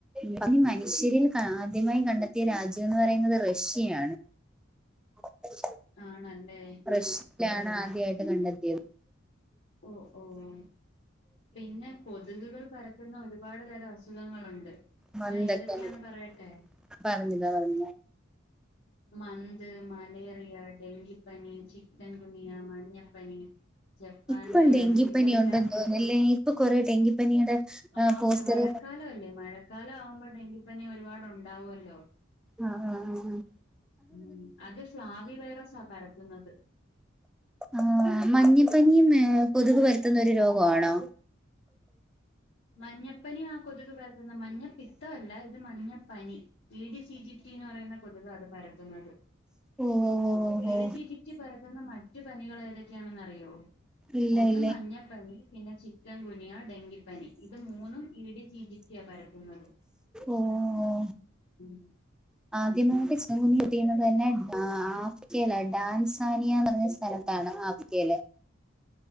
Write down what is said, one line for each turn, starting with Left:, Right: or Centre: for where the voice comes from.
Centre: ഇത് മനുഷ്യരിൽ ആദ്യമായി കണ്ടെത്തിയ രാജ്യം എന്ന് പറയുന്നത് റഷ്യയാണ്. <unintelligible>
Left: ആണല്ലേ.
Centre: റഷ്യലാണ് ആദ്യയിട്ട് കണ്ടെത്തിയത്.
Left: ഓഹ് ഓഹ് പിന്നെ കൊതുകുകൾ പരത് പരത്തുന്ന ഒരുപാട് തരം അസുഖങ്ങളുണ്ട്.
Centre: മന്ത്‌
Left: ഞാൻ ഏതൊക്കെയാന്ന്
Centre: <unintelligible>
Left: പറയട്ടെ
Centre: പറഞതാ പറഞ്ഞതാ
Left: മന്ത് മലേറിയ ഡെങ്കിപ്പനി ചിക്കൻ കുനിയ മഞ്ഞപ്പനി. ജപ്പാൻ
Centre: ഇപ്പൊ
Left: ജ്വരം
Centre: ഡെങ്കിപ്പനി
Left: ഇതെല്ലാം
Centre: ഉണ്ടെന്ന് തോന്നുന്നുല്ലേ ഇപ്പൊ കൊറെേ ഡെങ്കിപ്പനിയുടെ
Left: ആഹ്
Centre: പോസ്റ്റർ
Left: ഉണ്ട് മഴക്കാലം അല്ലേ മഴക്കാലം ആവുമ്പോ ഡെങ്കിപ്പനി ഒരുപാട് ഉണ്ടാവുല്ലോ.
Centre: ആഹ് ആഹ് ആഹ് ആഹ്
Left: ഉം അത് ഫ്ലാവി വൈറസാ പരത്തുന്നത്.
Centre: ആഹ് മഞ്ഞപ്പനിയും ഏഹ് കൊതുക് പരത്തുന്ന ഒരു രോഗാണോ
Left: മഞ്ഞപ്പനി ആഹ് കൊതുക് പർത്തുന്ന മഞ്ഞപ്പിത്തമല്ല ഇത് മഞ്ഞപ്പനി ഇ ഡി സി ജി പ് റ്റി ന്ന് പറയുന്ന കൊതുകാത് പരത്തുന്നത്
Centre: ഓഹ് ഓഹ്
Left: ടി
Centre: ഓഹ്
Left: സിജിറ്റി പരത്തുന്ന മറ്റു പനികൾ ഏതൊക്കെയാണെന്നറിയോ
Centre: ഇല്ല
Left: ഒന്ന്
Centre: ഇല്ല
Left: മഞ്ഞപ്പനി പിന്നെ ചിക്കൻ ഗുനിയ ഡെങ്കിപ്പനി ഇത് മൂന്നും ടി സി ജി പ് റ്റി യാ പരതുന്നത്
Centre: ഓഹ്
Left: ഉം
Centre: <inaudible> ആദ്യമായിട്ട് സൃവം കിട്ടുന്നത് തന്നെ ദാഫ്തിയായിലാ ഡാൻസാനിയന്ന് പറഞ്ഞ സ്ഥലത്ത് സ്ഥലത്താണ് ഡാഫ്തിയയിലെ